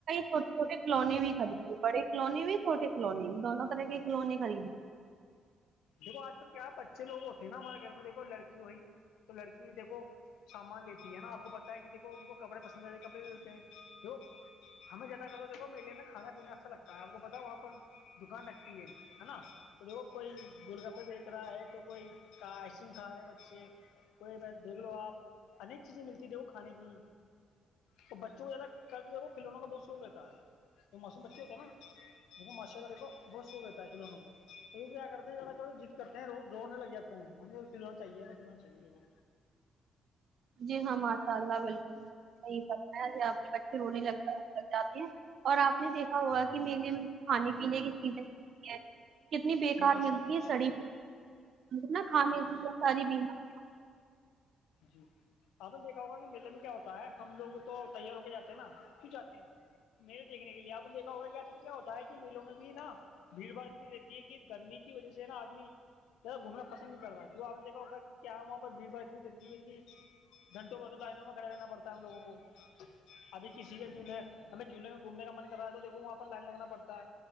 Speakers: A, on the right; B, on the left.
A: چھوٹے چھوٹے کلونی بھی بڑے کلونی بھی چھوٹٹی کالونی بھی دونوں
B: <unintelligible>
A: طرح کے کھلونے خریدے
B: دیکھو آج کل کیا ہے بچے لوگ ہوتے ہیں نا ہمارے گھر میں دیکھو لڑکی ہوئی تو لڑکی دیکھو سامان لیتی ہے نا آپ کو پتا ہے کی دیکھو ان کو کپڑے پسند آتے کپڑے لیتے ہیں دیکھو ہمیں زیادہ تر تو دیکھو میلے میں کھانا پینا اچھا لگتا ہے آپ کو پتا وہاں پر دکان لگتی ہے ہے نا تو دیکھو کوئی گول گپے بیچھ رہا ہے تو کوئی کا آئس کریم کھا رہے ہیں بچے کوئی بس دیکھ لو آپ انیک چیزیں ملتی تھ وہ کھانے کی اور بچوں کو زیادہ کرتے کھیلونوں کا بہت شوق رہتا ہے وہ معصوم بچے ہوتے ہیں نا وہ ماشاءالله دیکھو بہت شوق رہتا ہے کھیلونوں کا تو کیا کرتے ہیں زیادہ ضد کرتے ہیں رونے لگ جات ہیں ہم کو کھیلونے چاہیے کھیلونے چاہے
A: جی ہاں ماشاء اللہ بالکل صحیح پتا ہے آپ کے بچے رونے لگ لگ جاتے ہیں اور آپ نے دیکھا ہوگا کی میلے میں کھانے پینے کی چیزیں ہوتی ہیں کتنی بے
B: جی
A: کار
B: ماشاء
A: ملتی
B: اللہ
A: ہے سڑی ملتی نا کھانے
B: جی
A: سے ساری بیماری
B: جی آپ نے دیکھا ہوگا کہ میلے میں کیا ہوتا ہے ہم لوگ تو تیار ہو کے جا تے ہیں نا کیوں جاتے ہیں میلے دیکھنے کے لیے آپ نے دیکھا ہوگا کیااکثر کیا ہوتا ہے کہ میلوں میں بھی نا بھیڑ بھڑ انی رہتی ہے کہ گرمی کی وجہ سے نا آدمی گھومناپسند نہیں کر رہا جو آ پنے دیکا ہوگا کی کیا وہاں پر بھیڑ بھاڑاتنی یہ کی گھنٹوں گھنٹوں لائنوں میں کھڑا رہنا پڑتا ہے ہم لوگوں کو ابھی کسی کے جھولے ہمیں جھولے میں گھومنے کا من کر رہا ہے تو وہاں پر لائن لگانا پڑتا ہے